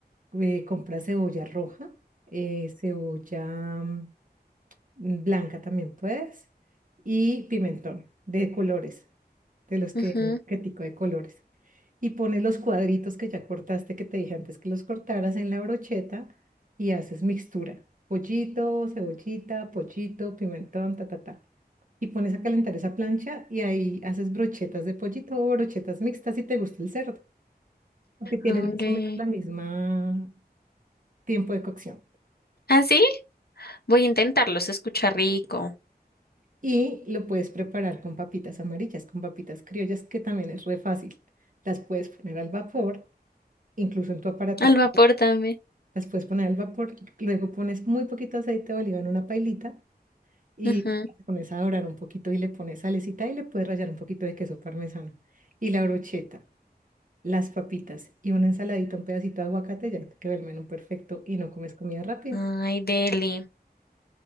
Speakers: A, on the right; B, on the left.
A: eh, compra cebolla roja, eh, cebolla mm, blanca también puedes, y pimentón de colores, de los que
B: ujú.
A: vienen en el paquetico de colores. Y pones los cuadritos que ya cortaste, que te dije antes que los cortaras en la brocheta y haces mixtura. Pollito, cebollita, pollito, pimentón, ta, ta, ta. Y pones a calentar esa plancha y ahí haces brochetas de pollito o brochetas mixtas si te gusta el cerdo porque tienen
B: Hombre.
A: más o menos la misma tiempo de cocción.
B: ¿Ah, sí? Voy a intentarlo, se escucha rico.
A: Y lo puedes preparar con papitas amarillas, con papitas criollas, que también es re fácil. Las puedes poner al vapor, incluso en tu aparatico.
B: Al vapor también.
A: Las puedes poner al vapor, luego pones muy poquito aceite de oliva en una pailita y
B: Ujú.
A: las pones a dorar un poquito y le pones salecita y le puedes rallar un poquito de queso parmesano. Y la brocheta, las papitas y una ensaladita, un pedacito de aguacate, ya te quedó el menú perfecto y no comes comida rápida.
B: Ay, deli.